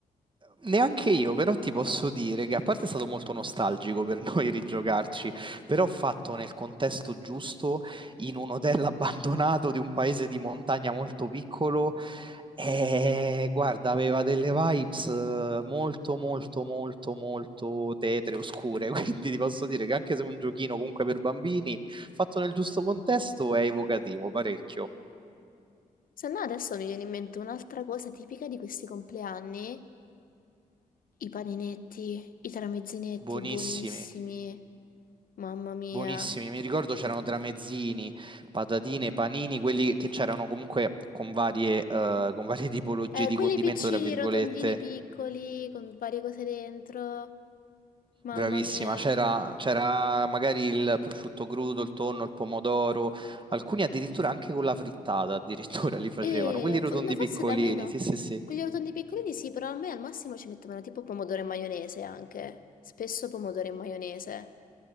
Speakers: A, on the right (about 30°); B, on the left (about 60°).
A: Neanche io, però ti posso dire che a parte è stato molto nostalgico per noi <laughs> rigiocarci, però fatto nel contesto giusto, in un hotel <laughs> abbandonato di un paese di montagna molto piccolo, eh, guarda, aveva delle vibes eh, molto, molto, molto, molto tetre, oscure, <laughs> quindi ti posso dire che anche se è un giochino comunque per bambini, fatto nel giusto contesto è evocativo, parecchio.
B: Se no adesso mi viene in mente un'altra cosa tipica di questi compleanni, i paninetti, i tramezzinetti
A: Buonissimi.
B: buonissimi, mamma mia.
A: Buonissimi, mi ricordo c'erano tramezzini, patatine, panini, quelli che c'erano comunque con varie, eh, con varie <laughs> tipologie
B: Eh,
A: di
B: quelli
A: condimento,
B: piccini,
A: tra virgolette.
B: rotondini, piccoli, con varie cose dentro, mamma
A: Bravissima,
B: mia.
A: c'era c'era magari il prosciutto crudo, il tonno, il pomodoro, alcuni addirittura anche con la frittata, addirittura <laughs> li facevano,
B: E
A: quelli rotondi
B: fo- no, forse
A: piccolini,
B: da me no.
A: sì, sì, sì,
B: Quelli rotondi piccolini sì, però a me al massimo ci mettevano tipo pomodoro e maionese anche. Spesso pomodoro e maionese.